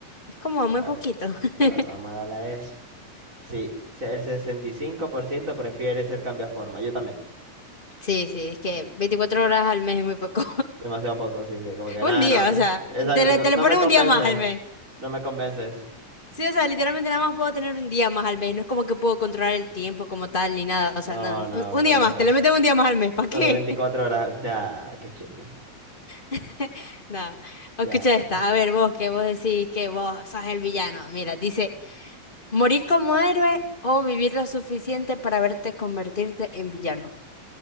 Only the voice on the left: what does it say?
Es como
muy poquito. <laughs>
Sí, sí, es que 24 horas al mes es muy poco.
Un día,
o sea,
te le,
te
le ponen
un día más al mes.
Sí, o sea, literalmente nada más puedo tener un día más al mes. No es como que puedo controlar el tiempo como tal ni nada. O
sea, no, un,
un
día
más, te le meten un día más al mes. ¿Para
qué?
<laughs> No. Escucha
esta. A ver, vos que vos decís que vos sos el villano. Mira, dice, morir como héroe o vivir lo suficiente para verte convertirte en villano.